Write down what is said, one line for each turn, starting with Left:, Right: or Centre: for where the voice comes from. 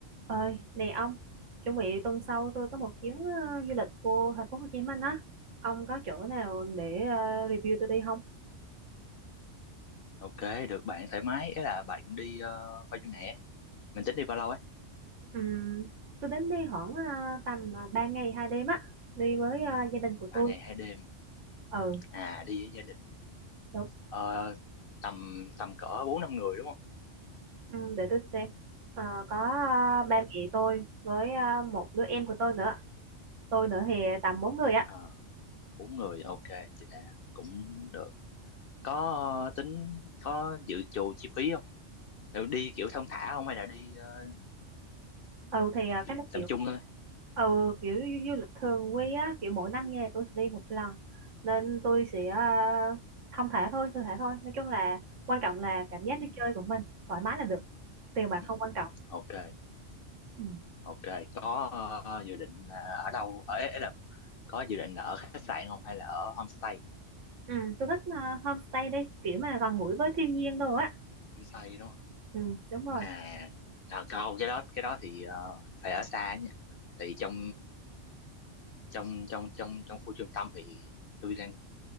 Right: ơi này ông chuẩn bị tuần sau tôi có một chuyến ờ, du lịch vô thành phố Hồ Chí Minh á ông có chỗ nào để ờ, review tôi đi không
Left: Ok, được bạn thoải mái. Ý là bạn đi ờ, bao nhiêu ngày ấy? Mình tính đi bao lâu ấy?
Right: Ừm, tôi đến đi khoảng ờ, tầm ờ, 3 ngày hai đêm á đi với ờ, gia đình của
Left: Ba
Right: tôi
Left: ngày hai đêm.
Right: ừ
Left: À, đi với gia đình.
Right: đúng
Left: Ờ, tầm tầm cỡ bốn năm người đúng không?
Right: Ừm, để tôi xem Ờ, có ờ,
Left: Ừ.
Right: ba mẹ tôi với ờ, một đứa em của tôi nữa tôi nữa thì tầm bốn người á
Left: Ờ, bốn người, ok, chị là cũng được. Có ờ, tính có dự trù chi phí không? Kiểu đi kiểu thong thả không hay là đi ờ,
Right: ừ thì à,
Left: kiểu
Right: cái nó
Left: tầm
Right: kiểu
Left: trung thôi?
Right: ừ kiểu du, du lịch thường quy á kiểu mỗi năm nha tôi sẽ đi một lần nên tôi sẽ à, thong thả thôi thư thả thôi nói chung là quan trọng là cảm giác đi
Left: Ừ.
Right: chơi của mình thoải mái là được tiền bạc
Left: ừ.
Right: không quan trọng
Left: Ok,
Right: ừ.
Left: ok. Có ờ, dự định là ở đâu? Ở ấy là có dự định là ở khách sạn không hay là ở homestay?
Right: Ừ, tôi thích à, homestay đi kiểu mà gần gũi với thiên nhiên đồ á
Left: Homestay đúng không?
Right: ừ, đúng rồi
Left: à, à câu cái đó cái đó thì ờ, phải ở xa nha tại vì trong trong trong trong trong khu trung tâm thì tôi đang